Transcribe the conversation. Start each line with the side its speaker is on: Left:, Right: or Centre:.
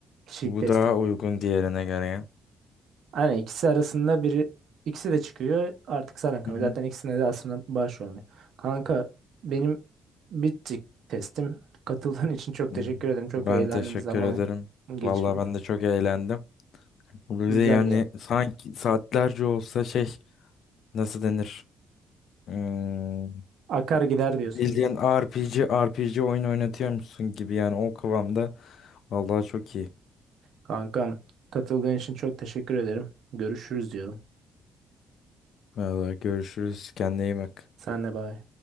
Right: kişilik
Left: bu
Right: testine
Left: daha uygun
Right: göre.
Left: diğerine göre ya.
Right: Aynen ikisi arasında biri ikisi de çıkıyor. Artık sana kalıyor.
Left: Hı hı.
Right: Zaten ikisine de aslında başvuruyorum. Kanka benim bitti testim. Katıldığın için çok
Left: Hı.
Right: teşekkür ederim. Çok
Left: Ben
Right: eğlendim
Left: teşekkür
Right: zaman
Left: ederim.
Right: geçirdik.
Left: Vallahi ben de çok eğlendim. bize
Right: Güzeldi
Left: yani
Right: yani.
Left: sanki saatlerce olsa şey nasıl denir? Hmm,
Right: Akar gider diyorsun
Left: Bildiğin RPG RPG oyun oynatıyormuşsun gibi yani o kıvamda. Vallahi çok iyi.
Right: kankam. Katıldığın için çok teşekkür ederim. Görüşürüz diyorum.
Left: Vallahi görüşürüz. Kendine iyi bak.
Right: Sen de bay.